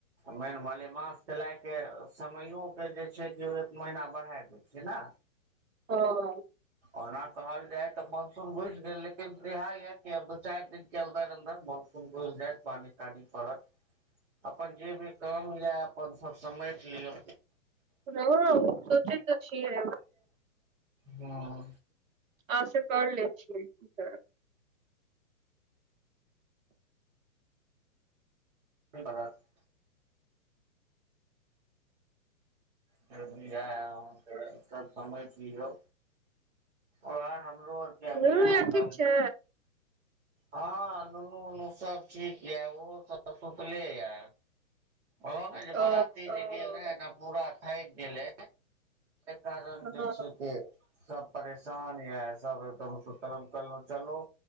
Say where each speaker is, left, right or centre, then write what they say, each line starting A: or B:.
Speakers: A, on the right; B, on the right.
A: मेन मलेमास चलाय के समयो के जे छै कि एक महीना बढ़ाय दै छियै ने
B: हां।
A: ओना कहल जाय त मानसून घुसि गेल लेकिन इएह या कि अब दू चैर दिन अन्दर- अन्दर मौसम घुइस जायत पानि- तानी पड़त। अपन जे भी काम ये अपन सब समेट लिय
B: रौ सोचेै त छियै।
A: हां।
B: असगरे छियै की करब।
A: <unintelligible> फिर भी यैह अहाँ के सब समझि लियौ। ओहे हमरो आर के अभी
B: दुनू
A: यैह
B: यार
A: काम
B: ठीक छै
A: ह नुनू -उनू सब ठीक या ओहो सब सुतले या ओ ने जे बराती
B: ओ
A: जे गेल रहे ने पूरा थैक गेलै कारण
B: हँ
A: जे छै कि सब परेशान या सब एकदम सुतल-उतल मे चलु